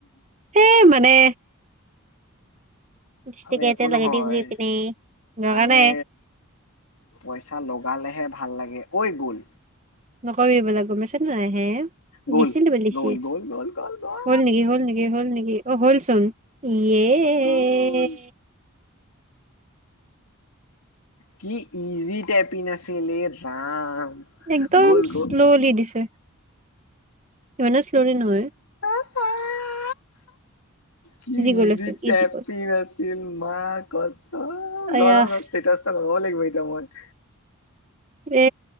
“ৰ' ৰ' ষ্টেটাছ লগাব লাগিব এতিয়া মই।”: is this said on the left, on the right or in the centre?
Left